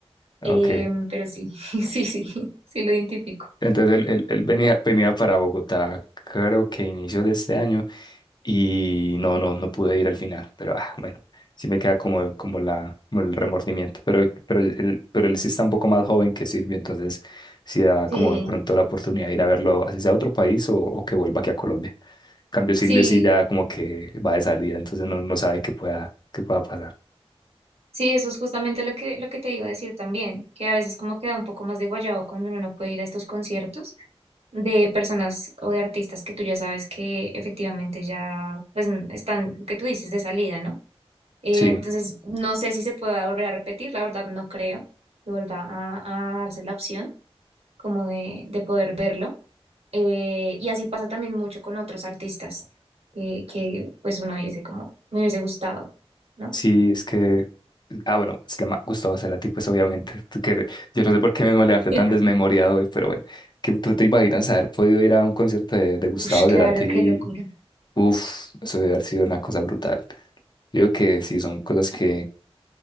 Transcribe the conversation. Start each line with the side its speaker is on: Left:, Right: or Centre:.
Left: Ok.
Right: Em, pero sí, <laughs> sí, sí, sí lo identifico.
Left: Entonces él, él- él venía, venía para Bogotá, creo que inicios de este año. Y no, no, no pude ir al final, pero ah, bueno, sí me queda como, como, la, como el remordimiento, pero, pero, él, pero él sí está un poco más joven que Silvio, entonces sí da
Right: Sí,
Left: como de pronto la oportunidad de ir a verlo, así sea a otro país o, o que vuelva aquí a Colombia. En cambio, Silvio
Right: sí,
Left: sí ya como que va de salida, entonces no, no sabe qué pueda, qué pueda pasar.
Right: sí, eso es justamente lo que, lo que te iba a decir también, que a veces como queda un poco más de guayabo cuando uno no puede ir a estos conciertos. de personas o de artistas que tú ya sabes que efectivamente ya pues n- están, lo que tú dices, de salida, ¿no? Eh,
Left: Sí,
Right: entonces, no sé si se pueda volver a repetir, la verdad no creo que vuelva a, a darse la opción como de, de poder verlo. Eh, y así pasa también mucho con otros artistas que, que pues uno dice como, me hubiese gustado, ¿no?
Left: sí, es que, ah, bueno, se llama Gustavo Cerati, pues obviamente, <laughs> tú que, yo no sé por qué me levanté
Right: <laughs>
Left: tan desmemoriado hoy, pero bueno, que tú te imaginas haber podido ir a un concierto de, de Gustavo
Right: Ush, claro,
Left: Cerati
Right: qué locura.
Left: Uf, eso debe haber sido una cosa brutal. Digo que sí, son cosas que,